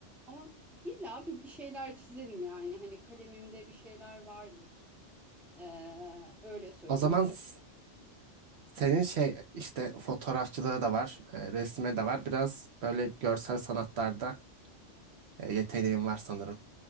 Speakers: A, in the centre; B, on the right (about 65°).
A: Ama illa bir, bir şeyler çizerim yani. Hani kalemimde bir şeyler vardır. E, öyle söyleyeyim.
B: O zaman s- Senin şey işte fotoğrafçılığı da var, e, resime de var. Biraz böyle görsel sanatlarda e, yeteneğin var sanırım.